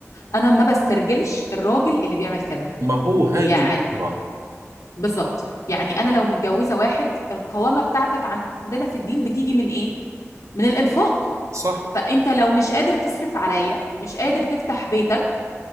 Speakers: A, on the left; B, on the right.
A: أنا ما بسترجلش الراجل اللي بيعمل كده
B: ما هو هاي
A: يعني
B: هي الفكرة
A: بالظبط يعني انا لو متجوزه واحد القوامه بتاعتك عندنا في الدين بتيجي من ايه من الانفاق
B: صح
A: فانت لو مش قادر تصرف عليا مش قادر تفتح بيتك